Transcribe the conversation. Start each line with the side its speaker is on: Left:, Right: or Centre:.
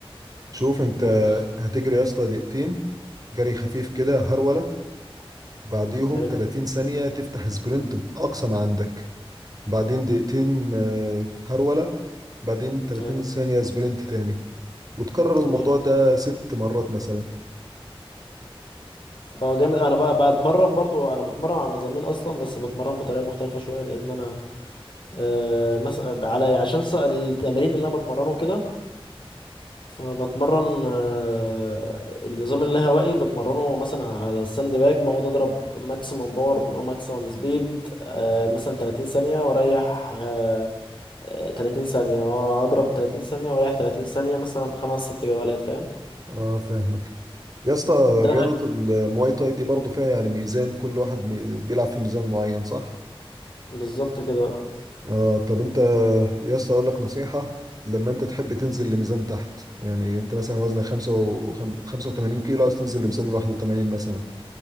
Right: شوف انت
Left: قول
Right: هتجري يا اسطى دقيقتين جري خفيف كده هرولة بعديهم
Left: حلو
Right: 30 ثانية تفتح سبرنت بأقصى ما عندك بعدين دقيقتين آه، هرولة بعدين 30
Left: حلو
Right: ثانية سبرنت تاني وتكرر
Left: جميل
Right: الموضوع ده ست مرات مثلا
Left: اه جامد انا بقى بتمرن برضو انا بتمرن على نظامين اصلا بس بتمرن بطريقه مختلفه شويه لان انا آه مثلا على عشان ص- التمارين اللي انا بتمرنه كده فبتمرن آه النظام اللاهوائي بتمرنه مثلا على الساند باج بقعد اضرب ماكسيمم باور ماكسيمم سبيد آه مثلا 30 ثانيه واريح آه آه، 30 ثانيه واضرب 30 ثانيه واريح 30 ثانيه مثلا خمس ست جولات فاهم
Right: اه فاهمك يا اسطى
Left: ده
Right: رياضة المواي تاي دي برضه فيها يعني ميزان كل واحد مي... بيلعب في ميزان معين صح؟
Left: بالظبط كده اه
Right: اه طب انت يا اسطى اقول لك نصيحة لما انت تحب تنزل لميزان تحت يعني انت مثلا وزنك 85 كيلو عايز تنزل لميزان 81 مثلا